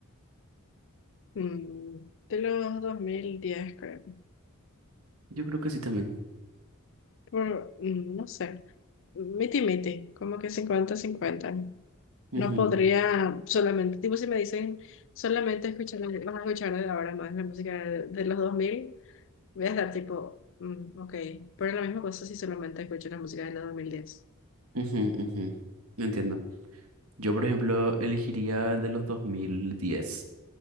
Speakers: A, on the left; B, on the right.
A: mm, de los 2010 creo,
B: Yo creo que sí también.
A: por, mm, no sé, miti miti, como que cincuenta cincuenta
B: Ujú,
A: No podría solamente, tipo si me dicen solamente escuchar, vas a escuchar de ahora más la música de, de los dos mil Voy a estar tipo, mm, ok, pero la misma cosa si solamente escucho la música de la diez
B: ujú, ujú. Entiendo. Yo, por ejemplo, elegiría de los 2010,